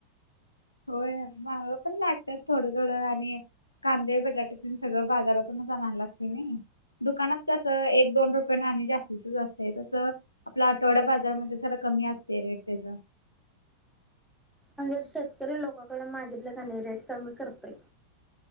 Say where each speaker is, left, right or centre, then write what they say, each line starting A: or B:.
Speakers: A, on the left; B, in the centre.
A: होय माळव पण लागतात, थोडं थोडं आणि कांदे, बटाटे पण तेन सगळं बाजारातून अनायला लागते नाही, दुकानात कसं एक, दोन रुपय आणि जास्तीच जास्त असतं, तसं आपला आठवडा बाजारमध्ये जरा कमी असते रेट त्याज.
B: म्हणजे शेतकरी लोकांकडे मागितले कने रेट कमी करतयं.